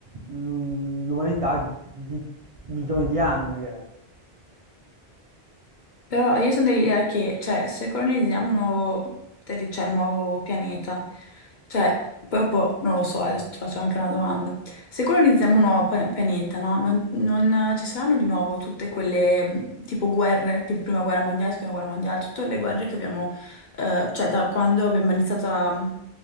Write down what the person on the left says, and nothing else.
Però io sono dell'idea che, cioè, se colonizziamo un nuovo, terri- cioè, un nuovo pianeta, cioè, proprio, non lo so, adesso ti faccio anche una domanda. Se colonizziamo un nuovo pa- pianeta, no? Non, non ci saranno di nuovo tutte quelle, mh, tipo, guerre, tipo Prima Guerra Mondiale, Seconda Guerra Mondiale, tutte le guerre che abbiamo, eh, cioè, da quando abbiamo iniziato a